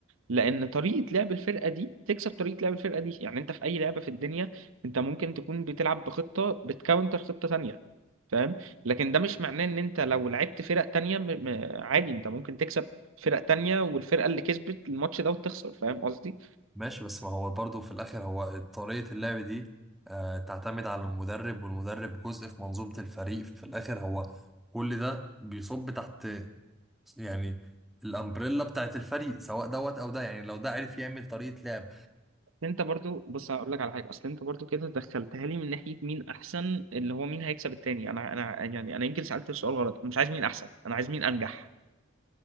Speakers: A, on the right; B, in the centre.
A: لان طريقه لعب الفرقه دي تكسب طريقه لعب الفرقه دي يعني انت في اي لعبه في الدنيا انت ممكن تكون بتلعب بخطه بتكاونتر خطه تانية فاهم لكن ده مش معناه ان انت لو لعبت فرق تانية م... م... عادي انت ممكن تكسب فرق تانية والفرقه اللي كسبت الماتش ده وتخسر فاهم قصدي
B: ماشي بس ما هو برضو في الآخر هو طريقة اللعب دي آه تعتمد على المدرب والمدرب جزء في منظومة الفريق ففي الآخر هو كل ده بيصب تحت يعني الأمبريلا بتاعت الفريق سواء دوت أو ده يعني لو ده عرف يعمل طريقة لعب
A: انت برضو بص هقول لك على حاجه اصل انت برضو كده دخلتها لي من ناحيه مين احسن اللي هو مين هيكسب التاني انا انا يعني انا يمكن سالت السؤال غلط انا مش عايز مين احسن انا عايز مين انجح